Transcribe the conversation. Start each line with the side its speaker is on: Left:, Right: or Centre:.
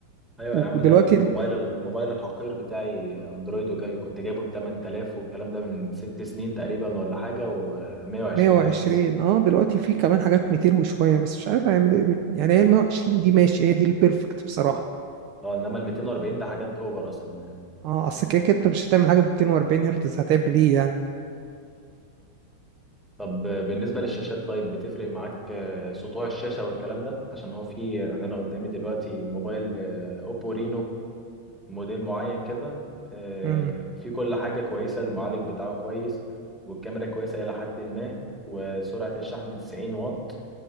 Centre: ايوه
Right: ودلوقتي
Centre: يا عم انا الموبايل
Right: ال
Centre: الموبايل الحقير بتاعي اندرويد وجاي كنت جايبه ب 8000 والكلام ده من ست سنين تقريبا ولا حاجه و120
Right: 120
Centre: هرتز
Right: اه دلوقتي في كمان حاجات 200 وشوية بس مش عارف هيعملوا ايه بال- يعني هي ال 120 دي ماشي هي دي البيرفكت بصراحة
Centre: اه انما ال 240 ده حاجات اوفر اصلا يعني.
Right: اه اصل كده كده انت مش هتعمل حاجة ب 240 هرتز هتعمل ايه يعني
Centre: طب آه، بالنسبه للشاشات طيب بتفرق معاك آه، سطوع الشاشه والكلام ده عشان هو في يعني انا قدامي دلوقتي موبايل آه، اوبو رينو موديل معين كده آه،
Right: امم
Centre: في كل حاجه كويسه المعالج بتاعه كويس والكاميرا كويسه الى حد ما وسرعه الشحن 90 واط